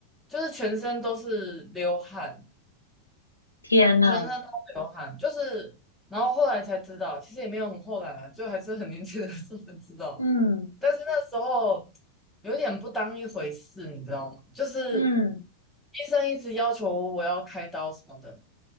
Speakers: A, in the centre; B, on the left.
A: 就是全身都是流汗，
B: 天呐，
A: 全身都流汗，就是然后后来才知道，其实也没有很后来啊，就还是很年轻的时候才知道，
B: 嗯
A: 但是那时候有一点不当一回事，你知道吗？就是
B: 嗯
A: 医生一直要求我要开刀什么的。